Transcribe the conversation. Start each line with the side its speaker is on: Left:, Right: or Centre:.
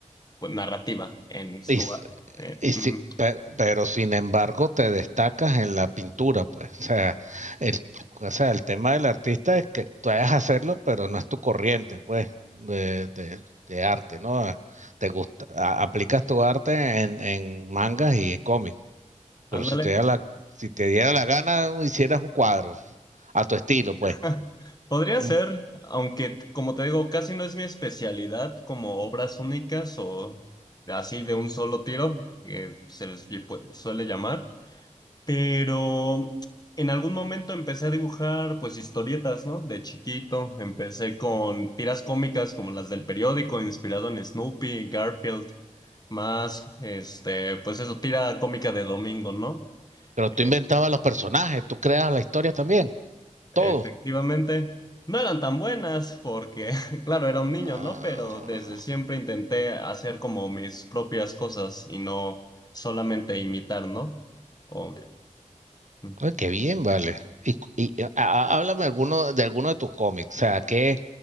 Left: pues, narrativa en su...
Right: Y, s-
Left: arte. eh,
Right: y
Left: mm,
Right: si- per- pero, sin embargo te destacas en la pintura, pues. O sea, el, o sea, el tema del artista es que tú hayas hacerlo, pero no es tu corriente, pues, de, de- de arte, ¿no? Ah, Te gusta, a- aplicas tu arte en, en mangas y en cómics. Pero
Left: ándale.
Right: si te diera la, si te diera la gana, hicieras un cuadro a tu estilo, pues.
Left: <laughs> Podría ser,
Right: Mm.
Left: aunque t- como te digo, casi no es mi especialidad como obras únicas o así de un solo tiro, que se les lle- pu- suele llamar, pero en algún momento empecé a dibujar pues historietas, ¿no? De chiquito, empecé con tiras cómicas como las del periódico, inspirado en Snoopy, Garfield, más, este, pues eso, tira cómica de domingo, ¿no?
Right: Pero
Left: Eh,
Right: tú inventabas los personajes, tú creas la historia también,
Left: Efectivamente,
Right: todo.
Left: no eran tan buenas porque, <laughs> claro, era un niño,
Right: Ah,
Left: ¿no? Pero desde siempre intenté hacer como mis propias cosas y no solamente imitar, ¿no? O- mm.
Right: ay, qué bien, vale. Y, cu- y, a- a- háblame alguno, de alguno de tus cómics. O sea, que